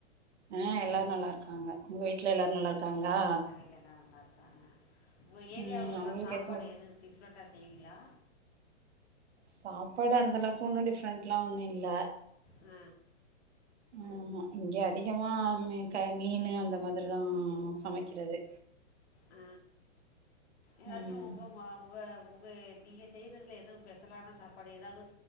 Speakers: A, on the right; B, on the left.
A: ஆ எல்லாரும்
B: ஹலோ
A: நல்லா இருக்காங்க உங்க வீட்ல எல்லாரும் நல்லா இருக்காங்களா
B: எல்லா நல்லா இருக்காங்க உங்க ஏரியாவில்லலாம்
A: ம் அவங்களுக்கு
B: சாப்பாடு
A: எத்தன
B: எதும் டிஃப்ரெண்ட்டா செய்வீங்களா
A: சாப்பாடு அந்த அளவுக்கு ஒன்னு டிஃப்ரெண்ட்லாம் ஒண்ணும் இல்ல
B: அ
A: ஆமா இங்க அதிகமா மீ க மீன்னு அந்த மாதிரி தா சமைக்கிறது
B: ஆ ஏதாச்சும்
A: ம்
B: உங்க ம உங்க உங்க எ நீங்க செய்றதுல எது ஸ்பெஷலான சாப்பாடு எதாது